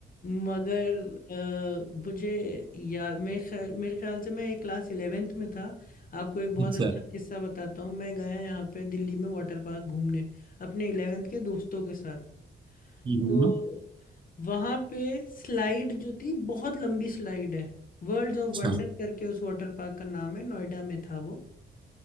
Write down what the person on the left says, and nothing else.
मगर आ, मुझे याद मैं खैर मेरे ख्याल से मैं क्लास इलेवेंथ में था आपको एक बहुत
अच्छा किस्सा बताता हूँ मैं गया यहाँ पे दिल्ली में वाटर पार्क घूमने अपने इलेवेंथ के दोस्तों के साथ
तो वहां पे स्लाइड जो थी बहुत लंबी स्लाइड है वर्ल्ड ऑफ
वंडर करके उस वाटर पार्क का नाम है नोएडा में था वो